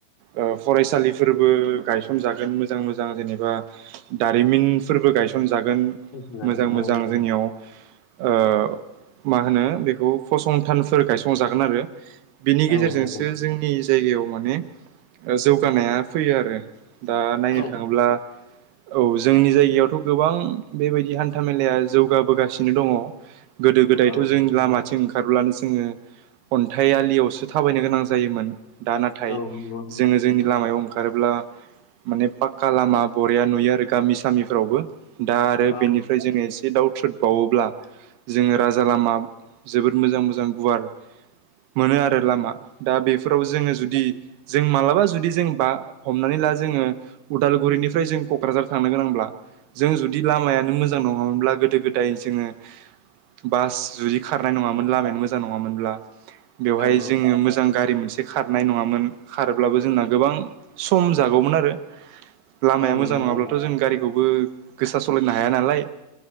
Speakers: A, on the right; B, on the left.
A: ओ फरायसालिफोरबो गायसनजागोन मोजां मोजां जेनेबा दारिमिनफोरबो गायसनजागोन
B: फसंजागोन
A: मोजां मोजां
B: औ नंगौ
A: जोंनियाव। ओ मा होनो बेखौ फसंथानफोर गायसंजागोन आरो। बिनि गेजेरजोंसो
B: औ नंगौ
A: जोंनि जायगायाव माने जौगानाया फैयो आरो दा नायनो
B: औ
A: थाङोब्ला औ जोंनि जायगायावथ' गोबां बेबायदि हान्था मेलाया जौगाबोगासिनो दङ गोदो गोदायथ'
B: औ
A: जों
B: नंगौ
A: लामाथिं
B: नोंथां
A: ओंखारब्लानोस जोंङो अन्थाइ आलियावसो थाबायनो गोनां जायोमोन। दा नाथाय
B: औ नंगौ नोंथां
A: जोंङो जोंनि
B: औ
A: लामायाव ओंखारोब्ला माने पाक्का लामा बरिया नुयो आरो गामि सामिफ्रावबो दा आरो
B: औ
A: बेनिफ्राय जोंङो एसे दाउ थ्रुदबावोब्ला जोंङो राजा लामा जोबोद मोजां मोजां गुवार मोनो आरो लामा दा बेफोराव जोंङो जुदि जों मालाबा जुदि जों बा हमनानै ला जोंङो उदालगुरिनि ओमफ्राय जों क'क्राझार थांनो गोनांब्ला जों जुदि लामायानो मोजां नङामोनब्ला गोदो गोदाय जोंङो बास जुदि खारनाय नंङामोन लामायानो मोजां नङामोनब्ला बेवहाय
B: औ
A: जोंङो मोजां गारि मोनसे खारनाय नंङामोन खारोब्लाबो जोंना गोबां सम जागौमोन आरो। लामाया
B: औ
A: मोजां
B: नंगौ
A: नङाब्लाथ'
B: नोंथां
A: जों गारिखौबो गोसा सालायनो हाया नालाय